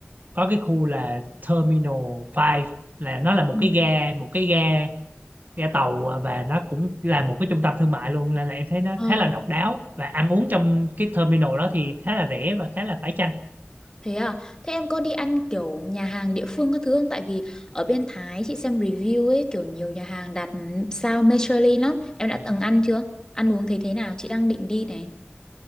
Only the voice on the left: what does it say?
ừ.
Ờ,
thế à? Thế em có đi ăn kiểu nhà hàng địa phương các thứ không? Tại vì ở bên Thái chị xem review ấy, kiểu nhiều nhà hàng đặt sao Michelin lắm. Em đã từng ăn chưa? Ăn uống thấy thế nào? Chị đang định đi này.